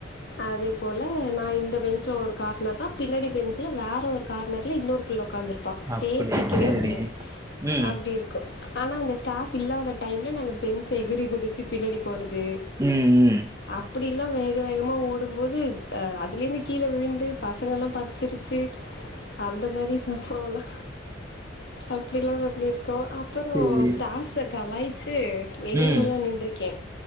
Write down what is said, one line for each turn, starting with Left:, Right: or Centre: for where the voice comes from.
Left: அதே போல நா இந்த பெஞ்சுல ஒரு கார்னர் தா பின்னாடி பெஞ்ச் வேற ஒரு கார்னர்ல இன்னொரு பிள்ள உட்கார்ந்துருப்ப
Right: அப்படியா
Left: பேசிக்கவே
Right: சேரி
Left: முடியாது
Right: ம்
Left: அப்டி இரு க்கு ஆனா அந்த ஸ்டாஃப் இல்லாத டைம்ல நாங்க பெஞ்ச் எகுறி குதிச்சு பின்னாடி போறது
Right: ம் ம்
Left: அப்டிலா வேக வேகமா ஓடும்போது அதுலேருந்து கீழே விழுந்து பசங்க எல்லா பாத்து சிருச் சு அந்த மாரி சம்பவோ எல்லா அப்டிலா வர் இப்டி இருக்கோ அப்றோ
Right: சேரி
Left: ஸ்டாஃப்ஸ கலாய்ச்சு வெளிலல்லா
Right: ம்
Left: நின்ருக்கே